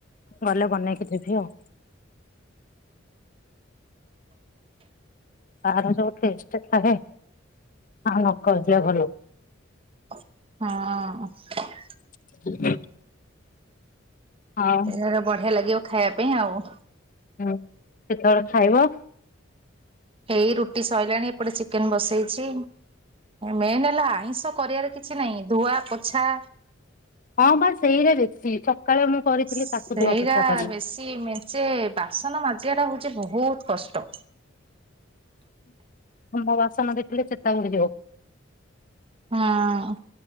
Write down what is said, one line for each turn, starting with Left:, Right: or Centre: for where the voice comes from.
Left: ଗଲେ ବନେଇକି ଦେବି ଆଉ ତାର ଯୋଉ ଟେଷ୍ଟ ଥାଏ ଆଉ ନ କହିବା ଭଲ।
Right: ହଁ।
Left: <unintelligible> ଆଉ
Right: ସେ ବଢିଆ ଲାଗିବ। ଖାଇବା ପାଇଁ ଆଉ।
Left: ହୁଁ କେତେବେଳେ ଖାଇବ।
Right: ଏଇ ରୁଟି ସଇଲାଣି ଏପଟେ ଚିକେନ ବସେଇଛି ମେନ୍ ହେଲା ଆଇଁ କରିବାର କିଛି ନାହିଁ ଧୁଆ ଆଚ୍ଛା।
Left: ହଁ ବା ସେଇଗୁରା ବେଶୀ। <unintelligible> କରିଥିଲି
Right: ସେଇଟା
Left: ତାକୁ ଧୁଆ ପୋଛା କଲି।
Right: ବେଶୀ ମେଞ୍ଚେ ବାସନ ମା ମାଜିବା ଟା ହଉଛି ବହୁତ କଷ୍ଟ।
Left: ଆମ ବାସନ ଦେଖିଲେ ଚେତାବୁଡି ଯିବ।
Right: ହଁ